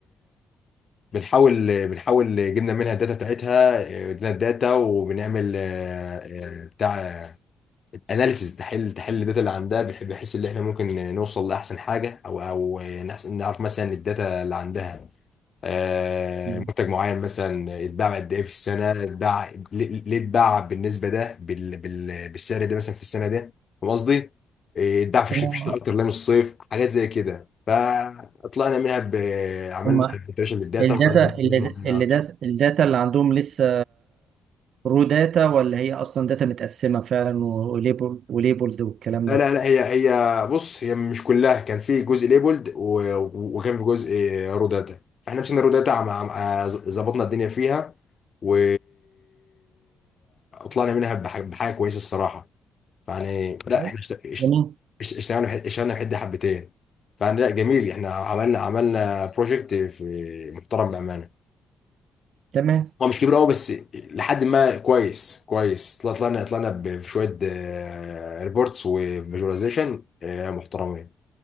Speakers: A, on the left (about 45°); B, on the right (about 65°).
A: بنحاول بنحاول جبنا منها الداتا بتاعتها ادينا الداتا وبنعمل آه، آه، بتاع اناليسيز تحل تحل الداتا اللي عندها بح- بحيث ان احنا ممكن نوصل لاحسن حاجه او او نحس- نعرف مثلا الداتا اللي عندها آه،
B: مم.
A: منتج معين مثلا اتباع قد ايه في السنه اتباع ليه ليه اتباع بالنسبه ده بال... بال... بالسعر ده مثلا في السنه ده فاهم قصدي؟ آه، اتباع في
B: تمام
A: الش- في الشتاء اكتر لا من الصيف حاجات زي كده فطلعنا منها ب... عملنا
B: هما
A: فلتريشن للداتا
B: الداتا
A: وطلعنا منها
B: اللي
A: فلوس معينة.
B: الداتا الداتا اللي عندهم لسه رو داتا ولا هي اصلا داتا متقسمة فعلا وليبل وليبلد والكلام
A: لا
B: ده
A: لا لا هي هي بص هي مش كلها كان في جزء ليبولد و- و- وكان في جزء روداتا فاحنا مسكنا روداتا مع مع- ظبطنا الدنيا فيها و طلعنا منها بح- بحاجه كويسه الصراحه يعني لا
B: طيب.
A: احنا اشت- اشت-
B: جميل
A: اشت- اشتغلنا بح- اشتغلنا في حد حبتين فانا لا جميل احنا عملنا عملنا بروجكت في محترم بامانه
B: تمام
A: هو مش كبير قوي بس لحد ما كويس كويس طلع- طلعنا طلعنا بشويه آه، ريبورتس وفيجواليزيشن آه، محترمين